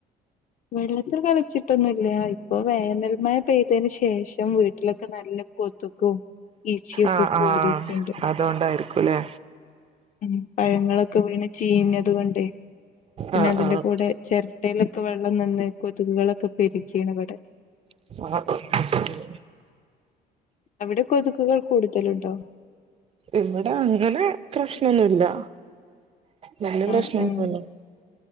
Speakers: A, on the left; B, on the right.
A: വെള്ളത്തിൽ കളിച്ചിട്ടൊന്നില്ല ഇപ്പൊ വേനൽമയ പേയ് ത്തിതിന് ശേഷം വീട്ടിലൊക്കെ നല്ല കൊതുക്കും ഈച്ചയൊക്കെ
B: ആഹ്
A: കൂടിയിട്ടുണ്ട്
B: ആഹ് അതോണ്ടായിരിക്കുംല്ലേ
A: ഉം പഴങ്ങളൊക്കെ പിന്നെ ചീഞ്ഞത് കൊണ്ടേ പിന്നെ
B: ആഹ്
A: അതിന്റെ
B: ആഹ്
A: കൂടെ ചിരട്ടയിലൊക്കെ വെള്ളം നിന്ന് കൊതുകുകളൊക്കെ പെരുകീണ് ഇവടെ
B: അഹ്
A: അവിടെ കൊതുകുകൾ കൂടുതലുണ്ടോ
B: ഇവിടെ അങ്ങനെ പ്രശ്നൊന്നുല്ല നല്ല പ്രശ്നംണ്ടോ
A: ആഹ് ആഹ്